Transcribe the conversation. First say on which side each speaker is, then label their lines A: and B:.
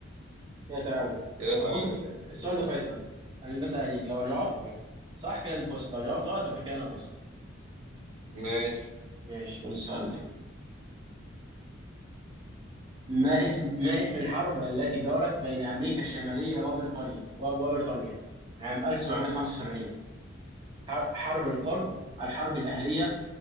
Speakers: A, on the right; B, on the right.
A: كده تعادل
B: كده
A: طب
B: تعادل
A: بص الس- السؤال ده فيصل يعني مثلا يعني لو جاوبت
B: م-
A: صح كده انت فزت لو جاوبت غلط يبقى كده انا فزت
B: ماشي
A: ماشي قول السؤال ده ما اسم ما اسم الحرب التي دارت بين امريكا الشماليه وبريطانيا وب- وبريطانيا عام 1775 ح- حرب القرم الحرب الاهليه